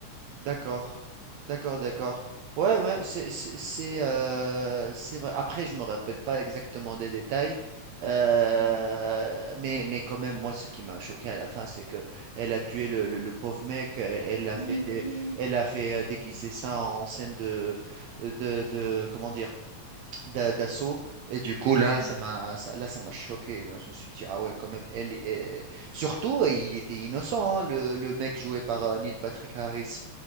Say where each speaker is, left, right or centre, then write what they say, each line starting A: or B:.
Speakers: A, on the right; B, on the right.
A: D'accord, d'accord, d'accord. Ouais, ouais, c'est c'est c'est, euh, c'est vrai. Après, je me rappelle pas exactement des détails, euh,
B: Ouais.
A: mais mais quand même, moi, ce qui m'a choqué à la fin, c'est que elle a tué le, le, le pauvre mec. euh, Elle a
B: Mais
A: fait
B: oui.
A: dé- elle a fait euh, déguiser ça en scène de de, de comment dire d'a- d'assaut. Et du coup, là,
B: Ouais.
A: ça m'a ça- là, ça m'a choqué. Je me suis dit ah ouais, quand même. Elle, elle- Surtout, il était innocent, hein, le le mec joué par euh, Neil Patrick Harris